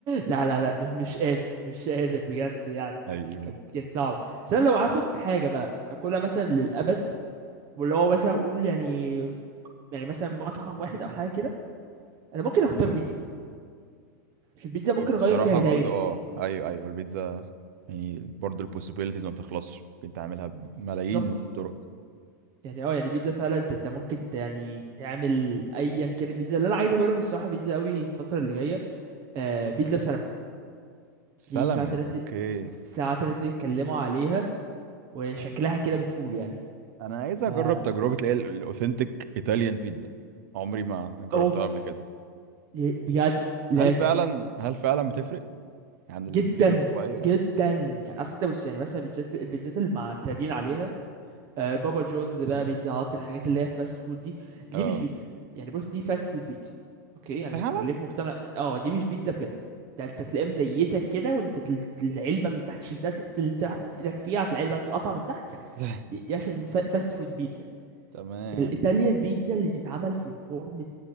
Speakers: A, on the right; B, on the right.
A: لا لا لا مش مش قادر مش قادر بجد يعني
B: <laughs> ايوه
A: كانت كان صعب بس انا لو هاخد حاجه بقى اكلها مثلا للابد واللي هو مثلا اقول يعني يعني مثلا مطعم واحد او حاجه كده انا ممكن اختار بيتزا مش البيتزا ممكن اغير
B: بصراحة
A: فيها دايما
B: برضو اه ايوه ايوه البيتزا يعني برضو البوسيبيليتيز ما بتخلصش ممكن تعملها بملايين
A: بالظبط
B: الطرق
A: يعني اه يعني بيتزا فعلا انت انت ممكن ت- يعني تعمل ايا كان البيتزا اللي انا عايز اجرب الصراحه بيتزا قوي الفتره اللي جايه آه بيتزا بسلمون
B: سلمون
A: دي ساعات الناس
B: اوكي
A: بي... ساعات الناس بيتكلموا عليها وشكلها كده بتقول يعني
B: انا عايز
A: فا
B: اجرب تجربه اللي هي الاوثنتيك ايطاليان بيتزا عمري ما جربتها
A: اوف
B: قبل كده
A: ي- بجد لازم
B: هل فعلا هل فعلا بتفرق عن البيتزا
A: جدا
B: الطبيعيه يعني
A: جدا يعني اصل انت بص يعني مثلا البيتزات البيتزات المعتادين عليها آه، بابا جونز بقى بيتزا هات الحاجات اللي هي فاست فود دي دي
B: اه
A: مش بيتزا يعني بص دي فاست فود بيتزا اوكي يعني
B: فعلا
A: خليك مقتنع اه دي مش بيتزا بجد ده انت تلاقيهم زيتك كده وانت تل- العلبه من تحت شلتها تحس ان انت حطيت ايدك فيها هتلاقي العلبه هتتقطع من تحت
B: <laughs>
A: دي, دي عشان فا- فاست فود بيتزا
B: تمام
A: الايطاليان بيتزا اللي تتعمل في فرن